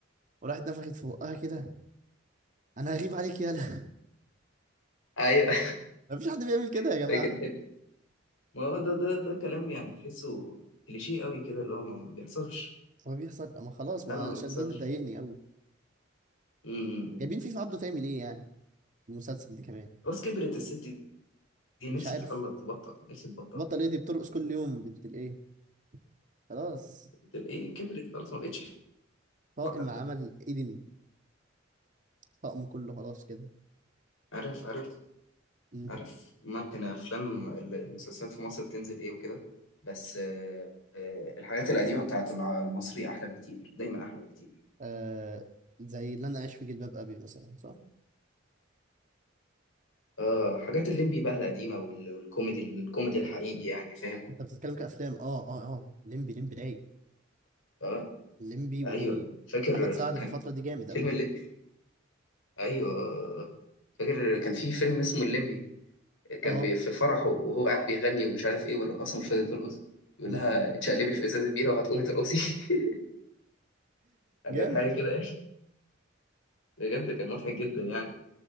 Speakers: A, on the right; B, on the left.
A: وراحت نفخت في بقها كده انا هغيب عليك يالا <laughs>
B: ايوه
A: ما فيش حد بيعمل كده
B: <laughs>
A: يا جماعة
B: فاكر ما هو ده ده ده كلام يعني تحسه كليشيه قوي كده اللي هو ما ما بيحصلش
A: ما بيحصل ما خلاص ما
B: فعلا ما
A: عشان
B: بيحصلش
A: ده اللي ضايقني قوي
B: امم
A: جايبين فيفا عبده تعمل ايه يعني المسلسل ده كمان
B: بس كبرت الست دي نفسي
A: مش عارف
B: تخلص تبطل نفسي تبطل
A: بطل ايه دي بترقص كل يوم بنت الايه خلاص
B: تلاقيه كبرت خلاص ما بقتش
A: طاقم
B: حلوه حتى
A: عمل إيدن طقم كله خلاص كده
B: عارف عارف
A: مم.
B: عارف ممكن افلام ال- المسلسلات في مصر بتنزل ايه وكده بس آه، آه، الحاجات القديمه بتاعت الع- المصري احلى بكتير دايما احلى بكتير
A: آه زي اللي أنا عايش في جلباب أبي مثلا صح؟
B: اه حاجات الليمبي بقى القديمه وال- والكوميدي الكوميدي الحقيقي يعني فاهم
A: أنت بتتكلم كأفلام أه أه أه ليمبي ليمبي رايق
B: اه
A: ليمبي ومحمد
B: ايوه فاكر
A: سعد
B: ف- كان
A: في الفترة دي جامد
B: فيلم
A: أوي
B: ايوه آه، آه، آه. فاكر كان في فيلم اسمه الليمبي كان
A: أه
B: بي- في فرحه وهو قاعد بيغني ومش عارف ايه والرقاصه مش راضيه ترقص بيقول
A: <laughs>
B: لها اتشقلبي في ازازه بيره وهتقومي ترقصي <laughs> كانت
A: جامد
B: حاجه
A: أوي
B: كده يا اخي بجد كان مضحك جدا يعني